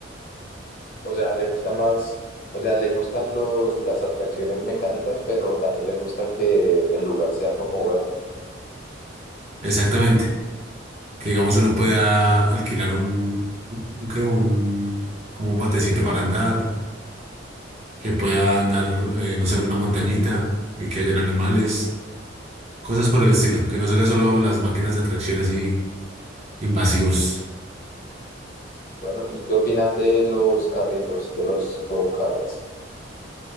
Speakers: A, on the left; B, on the right.
A: O sea, ¿le gusta más, o sea, le gustan los, las atracciones mecánicas, pero también le gusta que el lugar sea como verde?
B: Exactamente. que digamos uno pueda alquilar un, un, que un- como un botecito para andar, que pueda andar, eh, no sé, una montañita y que hayan animales, cosas por el estilo, que no sean solo las máquinas de atracción así invasivos.
A: Bueno, ¿y qué opinas de los carritos, de los go-karts?